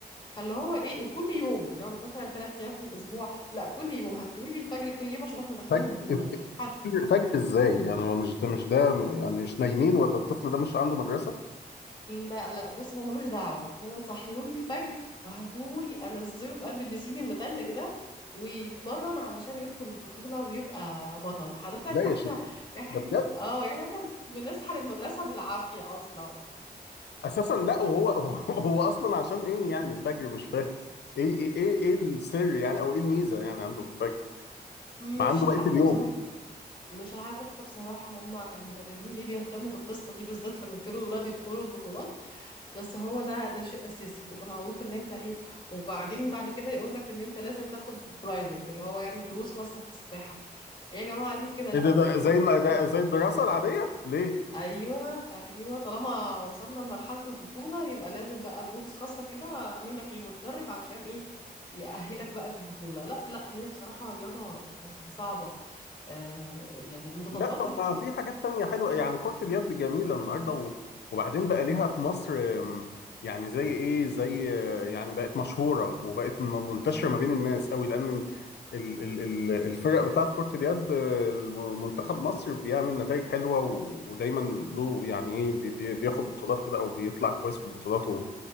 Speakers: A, on the left; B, on the left.
A: فاللي هو ايه وكل يوم اللي هو مش مثلا ثلاث ايام في الاسبوع لا كل يوم هتقولي لي الفجر كل يوم عشان احنا داخلين
B: فجر
A: بطولة
B: <laughs>
A: حد
B: فجر ازاي يعني هو مش ده مش ده يعني مش نايمين ولا الطفل ده مش عنده مدرسة
A: لا لا بص هو ملوش دعوة هو صحيهولي الفجر وهاتولي انزله في قلب البسين المتلج ده ويتمرن علشان يدخل البطولة ويبقى بطل حضرتك
B: لا
A: احنا
B: يا شيخ
A: احنا
B: ده بجد
A: اه يعني احنا بنصحى للمدرسة بالعافية اصلا
B: اساسا لا وهو <laughs> هو, هو اصلا عشان ايه يعني الفجر مش فاهم ايه ايه ايه ايه السر يعني او ايه الميزه يعني عنده في الفجر
A: مش
B: ما عنده
A: عارفة
B: بقيه اليوم
A: بصراحة مش عارفة بصراحة هما المدربين ليه بيهتموا بالقصة دي بالذات لما بيبتدوا الولاد يدخلوا البطولات بس هو ده ده شيء أساسي تبقى معروف إن أنت إيه وبعدين بعد كده يقول لك إن أنت لازم تاخد برايفت اللي هو يعني دروس خاصة في السباحة يا جماعة ليه كده لا
B: ايه ده
A: هو
B: ده
A: خلاص
B: زي
A: بقى
B: الم-
A: طالما
B: ده زي الدراسه العاديه ليه
A: أيوه أيوه طالما وصلنا لمرحلة البطولة يبقى لازم بقى دروس خاصة كده منك للمدرب عشان إيه يأهلك بقى للبطولة لا لا هي بصراحة رياضة يعني صعبة آه يعني متطلباتها
B: لا طب
A: كتير
B: ما في حاجات تانية حلوة يعني كرة اليد جميلة النهاردة و... وبعدين بقى ليها في مصر آم، يعني زي ايه زي آه، يعني بقت مشهورة وبقت م- منتشرة ما بين الناس قوي لأن ال... ال... ال... ال- الفرق بتاعت كرة اليد آه، منتخب مصر بيعمل نتائج حلوة و... ودايما له يعني ايه بي... بي- بياخد بطولات كده او بيطلع كويس في البطولات و...